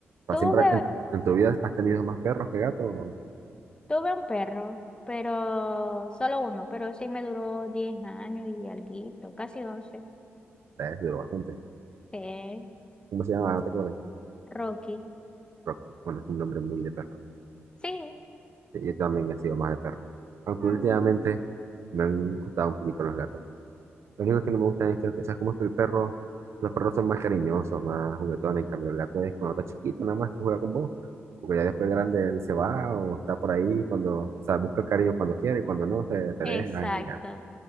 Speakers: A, on the right (about 70°); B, on the left (about 20°).
A: o
B: Tuve,
A: siempre en, en tu vida has tenido más perros que gatos?
B: tuve un perro, pero solo uno, pero sí me duró 10 años y alguito, casi once
A: Es duro bastante.
B: Eh,
A: ¿Cómo se llama? No te acuerdas.
B: Rocky.
A: Rocky. Bueno, es un nombre muy de perro.
B: Sí,
A: Sí, yo también he sido más de perro. Aunque
B: mm,
A: últimamente me han gustado un poquito los gatos. Lo único que no me gusta es que, que ¿sabes cómo es que el perro? Los perros son más cariñosos, más juguetones. En cambio, el gato es cuando está chiquito, nada más que juega con vos. Porque ya después grande él se va o está por ahí cuando, o sea, busca el cariño cuando quiere y cuando no, se te
B: exacto.
A: deja y ya.